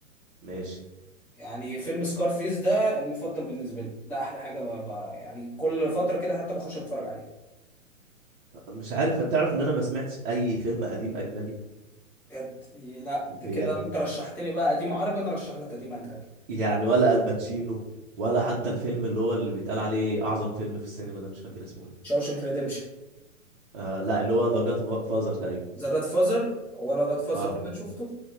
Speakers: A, on the right; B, in the centre.
A: ماشي
B: يعني فيلم سكارفيس ده المفضل بالنسبه لي ده احلى حاجه ب... ب... يعني كل فتره كده حتى بخش اتفرج عليها
A: مش عارف تعرف ان انا ما سمعتش اي فيلم قديم اجنبي
B: بجد لا
A: بجد
B: ده كده انت رشحت لي بقى قديم عربي انا رشح لك قديم اجنبي
A: يعني ولا الباتشينو ولا حتى الفيلم اللي هو اللي بيتقال عليه اعظم فيلم في السينما ده مش فاكر اسمه ايه
B: شاوشنك ريديمشن
A: آه لا اللي هو ذا جاد فازر تقريبا
B: ذا جاد فازر ولا جاد فازر
A: اه
B: كمان شفته